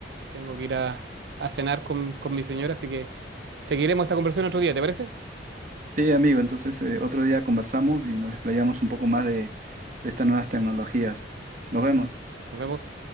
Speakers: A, on the right; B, on the right.
A: Tengo que ir a, a cenar con, con mi señora, así que seguiremos esta conversación otro día, ¿te parece?
B: sí, amigo. Entonces, eh, otro día conversamos y nos desplayamos un poco más de de estas nuevas tecnologías. Nos vemos.
A: Nos vemos.